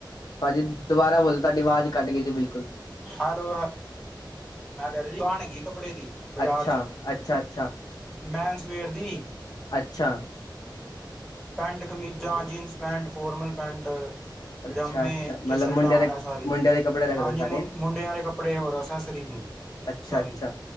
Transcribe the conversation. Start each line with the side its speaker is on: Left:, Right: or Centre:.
Left: ਭਾਜੀ ਦੁਬਾਰਾ ਬੋਲ ਤੁਹਾਡੀ ਆਵਾਜ਼ ਕੱਟ ਗਈ ਸੀ ਬਿਲਕੁਲ।
Centre: ਹੈਲੋ ਹੈ- ਮੈਂ ਕਿਹਾ ਰਿਹਾ ਸੀ ਦੁਕਾਨ ਹੈਗੀ ਕੱਪੜੇ ਦੀ ਬਜ਼ਾਰ
Left: ਅੱਛਾ,
Centre: ਚ,
Left: ਅੱਛਾ, ਅੱਛਾ,
Centre: ਮੈਨਸ ਵੀਅਰ ਦੀ।
Left: ਅੱਛਾ।
Centre: ਪੈਂਟ ਕਮੀਜ਼ਾਂ, ਜੀਨਸ ਪੈਂਟ, ਫੋਰਮਲ ਪੈਂਟ,
Left: ਅੱਛਾ,
Centre: ਪਜਾਮੇ,
Left: ਅੱਛਾ ਮਤਲਬ
Centre: ਟੀ ਸ਼ਰਟਾਂ
Left: ਮੁੰਡਿਆਂ ਦੇ
Centre: ਇਹ ਸਾਰੀ
Left: ਮੁੰਡਿਆਂ ਦੇ ਕੱਪੜੇ ਰੱਖਦੇ
Centre: ਹਾਂਜੀ
Left: ਹੋ ਸਾਰੇ
Centre: ਮੁੰਡਿਆਂ ਦੇ ਕੱਪੜੇ ਹੋਰ ਅਸੈਸਰੀ ਵੀ
Left: ਅੱਛਾ,
Centre: ਸਾਰੀ,
Left: ਅੱਛਾ।